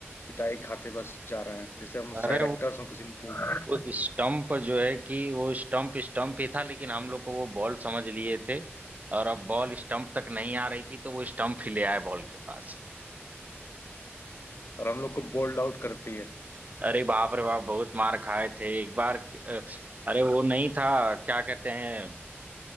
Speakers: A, on the left; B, on the right.
A: पिटाई खाते बस जा रहे हैं जैसे हम
B: अरे
A: साइड
B: वो
A: एक्टर्स हों किसी मूवी
B: वो
A: में
B: स्टंप पर जो है कि वो स्टंप स्टंप ही था लेकिन हम लोग को वो बॉल समझ लिए थे और अब बॉल स्टंप तक नहीं आ रही थी तो वो स्टंप ही ले आए बॉल के पास
A: <laughs> और हम लोग को बोल्ड आउट करती है
B: अरे बाप रे बाप बहुत मार खाए थे एक बार अ, अरे वो नहीं था क्या कहते हैं